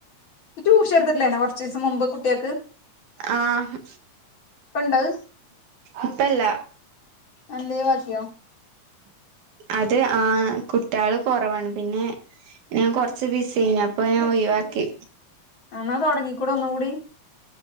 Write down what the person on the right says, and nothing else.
ആഹ്
ഇപ്പല്ല.
അത് ആ കുട്ട്യേള് കൊറവാണ് പിന്നെ ഞാൻ കൊർച്ച് ബിസി ഏനി അപ്പൊ ഞാൻ ഒഴിവാക്കി.